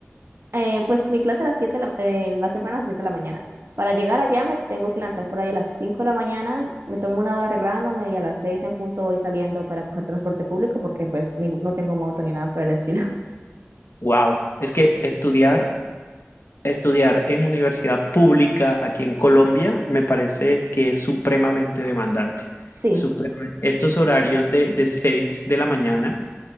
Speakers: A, on the right (about 65°); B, on the left (about 65°).
A: eh, pues mi clase a las siete de la- eh, más temprano a las 7 de la mañana. Para llegar allá me tengo que levantar por ahí a las 5 de la mañana, me tomo una hora arreglándome y a las 6 en punto voy saliendo para coger transporte público porque pues ni- no tengo moto ni nada por el estilo. <laughs>
B: Wow, es que estudiar, estudiar en universidad pública aquí en Colombia me parece que es supremamente demandante.
A: Sí,
B: Supremamente. Estos horarios de, de 6 de la mañana.